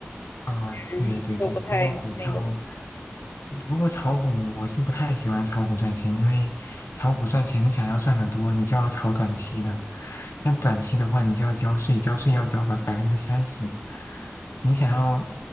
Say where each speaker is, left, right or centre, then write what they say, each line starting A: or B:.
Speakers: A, on the left; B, on the left.
A: 啊、
B: 人都不太那个。
A: 对对对，不过股票。不过炒股我是不太喜欢炒股赚钱，因为炒股赚钱，你想要赚得多，你就要炒短期的。但短期的话，你就要交税，交税要交百百分之三十。你想要，